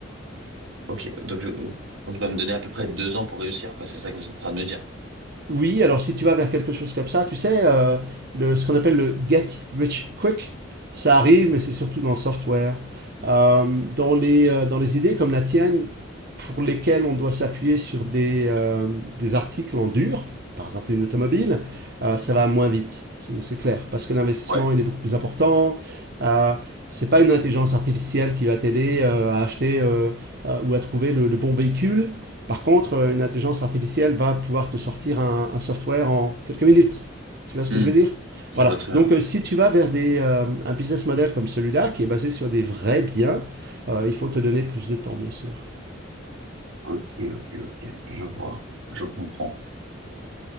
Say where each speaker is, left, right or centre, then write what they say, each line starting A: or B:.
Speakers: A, on the right; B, on the right.
A: Ok, donc je, donc je dois me donner à peu près deux ans pour réussir, quoi. C'est ça que vous êtes en train de me dire.
B: Oui, alors si tu vas vers quelque chose comme ça, tu sais, euh, le, ce qu'on appelle le get rich quick, ça arrive, mais c'est surtout dans le software. Euh, dans les, euh, dans les idées comme la tienne, pour lesquelles on doit s'appuyer sur des, euh, des articles en dur, par exemple une automobile, euh, ça va moins vite, c'est c'est clair, parce que l'investissement,
A: Ouais.
B: il est beaucoup plus important. Euh, c'est pas une intelligence artificielle qui va t'aider euh, à acheter euh, euh, ou à trouver le, le bon véhicule. Par contre, euh, une intelligence artificielle va pouvoir te sortir un, un software en quelques minutes. Tu vois ce
A: Hmm,
B: que je veux dire?
A: je
B: Voilà.
A: vois très bien.
B: Donc, euh, si tu vas vers des, euh, un business model comme celui-là, qui est basé sur des vrais biens, euh, il faut te donner plus de temps, bien sûr.
A: Ok, ok, ok. Je vois. Je comprends.